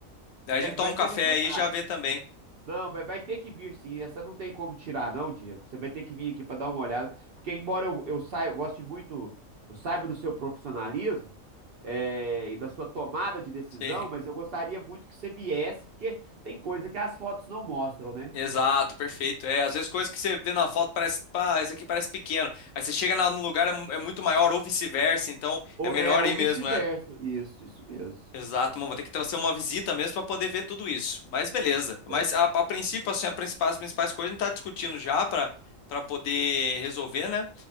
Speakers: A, on the left; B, on the right.
A: Daí
B: É,
A: a gente
B: vai
A: toma um
B: ser
A: café
B: necessário.
A: aí e já vê também. <laughs>
B: Não, vai, vai ter que vir sim. Essa não tem como tirar, não, Diego. Você vai ter que vir aqui pra dar uma olhada. Porque, embora eu, eu saia, eu goste muito, eu saiba do seu profissionalismo, é, e da sua tomada de decisão,
A: Sim.
B: mas eu gostaria muito que você viesse, porque tem coisa que as fotos não mostram, né?
A: Exato, perfeito. É, às vezes coisas que você vê na foto parece, pá, esse aqui parece pequeno. Aí você chega na- no lugar é, mu- é muito maior ou vice-versa, então
B: Ou,
A: é melhor
B: é, ou
A: aí mesmo,
B: vice-versa.
A: é.
B: Isso, isso mesmo.
A: Exato, mano, vou ter que fazer uma visita mesmo para poder ver tudo isso. Mas beleza. Mas
B: Certo.
A: a, a princípio, assim, a principais, as principais coisas a gente está discutindo já para para poder resolver, né?